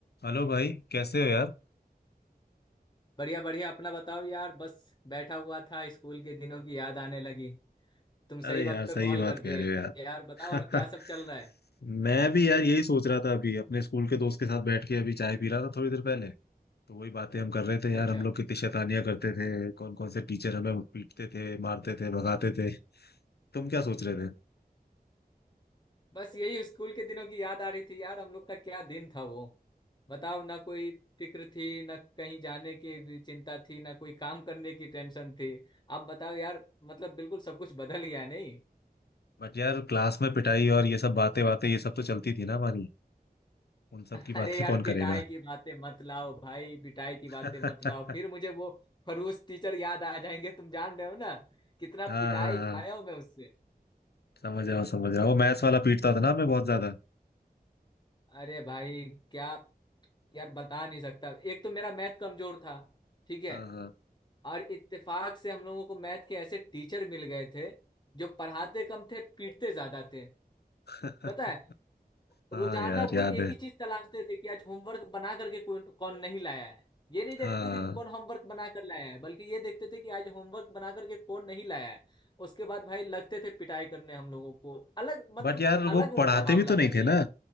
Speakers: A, on the left; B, on the left.
A: Hello भाई कैसे हो यार
B: बढ़िया बढ़िया अपना बताओ यार बस बैठा हुआ था स्कूल के दिनों की याद आने लगी तुम सही
A: अरे यार
B: वक्त पे
A: सही
B: कॉल
A: बात
B: कर
A: कह
B: दिए
A: रहे हो
B: यार
A: यार
B: बताओ और क्या सब चल रहा है
A: <laughs> मैं भी यार यही सोच रहा था अभी अपने स्कूल के दोस्त के साथ बैठ के अभी चाय पी रहा था थोड़ी देर पहले तो वही बातें हम कर रहे थे यार
B: अच्छा
A: हम लोग कितनी शैतानियां करते थे कौन कौन से टीचर हमें पीटते थे मारते थे भगाते थे तुम क्या सोच रहे थे
B: बस यही स्कूल के दिनों की याद आ रही थी यार हम लोग का क्या दिन था वो बताओ ना कोई फिक्र थी ना कहीं जाने की भी चिंता थी ना कोई काम करने की टेंशन थी अब बताओ यार मतलब बिल्कुल सब कुछ बदल गया नहीं
A: बट यार क्लास में पिटाई और ये सब बातें बातें ये सब तो चलती थी ना हमारी उन सब
B: अरे
A: की बातें
B: यार
A: कौन
B: पिटाई
A: करेगा
B: की बातें मत लाओ भाई पिटाई की
A: <laughs>
B: बातें मत लाओ फिर मुझे वो खड़ूस टीचर याद आ जाएंगे तुम जान रहे हो ना कितना
A: हाँ
B: पिटाई
A: हाँ हाँ
B: खाया हूं मैं उससे
A: समझ रहा हूँ समझ रहा हूँ वो मैथ्स वाला पीटता था ना हमें बहुत ज्यादा
B: अरे भाई क्या यार बता नहीं सकता एक तो मेरा मैथ कमजोर था ठीक है
A: हाँ हाँ
B: और इत्तेफाक से हम लोगों को मैथ के ऐसे टीचर मिल गए थे जो पढ़ाते कम थे पीटते ज्यादा थे
A: <laughs>
B: पता है रोजाना
A: हाँ यार
B: वो
A: याद
B: एक
A: है
B: ही चीज तलाशते थे कि आज होमवर्क बना करके कौन कौन नहीं लाया है ये नहीं देखते
A: हाँ
B: थे कि कौन होमवर्क बना कर लाया है बल्कि ये देखते थे कि आज होमवर्क बना करके कौन नहीं लाया है उसके बाद भाई लगते थे पिटाई करने हम लोगों को अलग मतलब
A: बट यार
B: अलग
A: वो
B: उनका
A: पढ़ाते
B: मामला
A: भी तो नहीं
B: था
A: थे ना